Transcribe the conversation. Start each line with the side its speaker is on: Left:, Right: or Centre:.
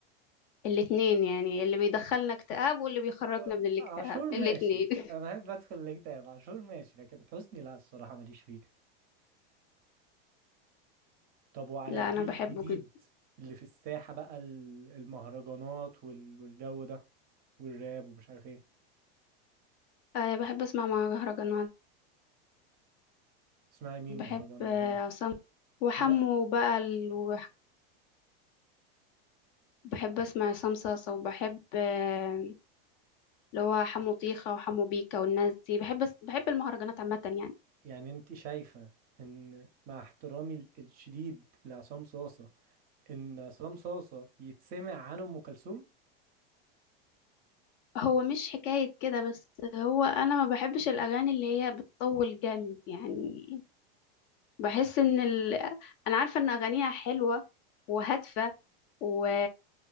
Left: الاتنين يعني اللي بيدخلنا اكتئاب واللي بيخرجنا
Right: آه،
Left: من الاكتئاب
Right: عاشور ماشي
Left: الاتنين <laughs>
Right: انا بحب ادخل الاكتئاب عاشور ماشي لكن حسني لا الصراحه ماليش فيه طب وعلى
Left: لا
Right: الجيل
Left: انا بحبه
Right: الجديد
Left: جدا
Right: اللي في الساحه بقى ال- المهرجانات وال- والجو ده والراب ومش عارف ايه
Left: آه بحب اسمع مهرجانات
Right: اسمعي مين
Left: بحب
Right: مهرجانات
Left: آه،
Right: بقى
Left: عصام وحمو
Right: عايزة-
Left: بقى ال... وح- بحب اسمع عصام صاصا وبحب آه، اللي هو حمو طيخة وحمو بيكا والناس دي بحب أس- بحب المهرجانات عامة يعني
Right: يعني انت شايفه ان مع احترامي ال- الشديد لعصام صاصه ان عصام صاصه يتسمع عنه ام كلثوم
Left: هو مش حكاية كده بس هو انا ما بحبش الاغاني اللي هي بتطول جامد يعني بحس ان ال... انا عارفة ان اغانيها حلوة وهادفة و